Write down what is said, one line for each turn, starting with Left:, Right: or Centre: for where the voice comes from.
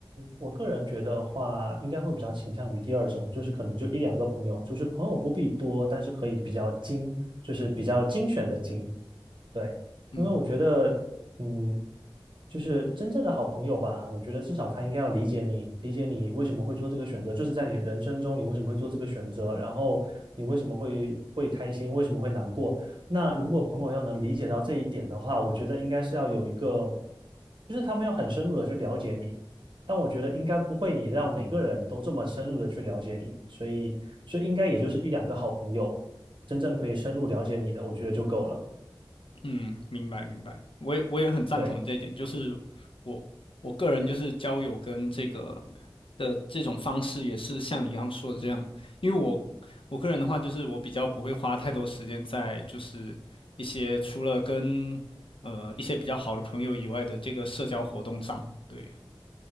Right: 我个人觉得话，应该会比较倾向于第二种，就是可能就一两个朋友，就是朋友不必多，但是可以比较精，就是比较精选的精，对，
Left: 嗯。
Right: 因为我觉得，嗯，就是真正的好朋友吧，我觉得至少他应该要理解你，理解你为什么会做这个选择，就是在你人生中你为什么会做这个选择，然后你为什么会会开心，为什么会难过。那如果朋友要能理解到这一点的话，我觉得应该是要有一个，就是他们要很深入的去了解你。但我觉得应该不会，你让每个人都这么深入的去了解你，所以所以应该也就是一两个好朋友真正可以深入了解你的，我觉得就够了。
Left: 嗯，明白明白，我也我也很赞同这一点，
Right: 对。
Left: 就是我我个人就是交友跟这个的这种方式也是像你刚刚说的这样，因为我我个人的话就是我比较不会花太多时间在就是一些除了跟呃一些比较好的朋友以外的这个社交活动上，对。